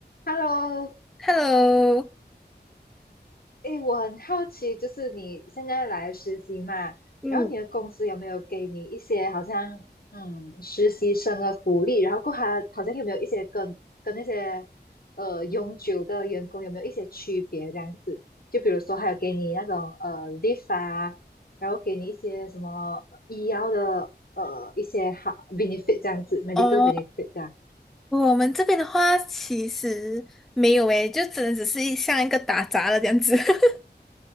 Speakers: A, on the left; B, in the centre.
A: Hello，
B: Hello，
A: 诶，我很好奇，就是你现在来实习嘛，
B: 嗯，
A: 然后你的公司有没有给你一些好像嗯实习生的福利？然后过后还好像有没有一些跟跟那些呃永久的员工有没有一些区别这样子？就比如说还有给你那种呃 leave 啊，然后给你一些什么医药的呃一些好 benefit 这样子，medical
B: 哦，
A: benefit 这样。
B: 我们这边的话其实没有诶，就只能只是一像一个打杂的这样子。<laughs>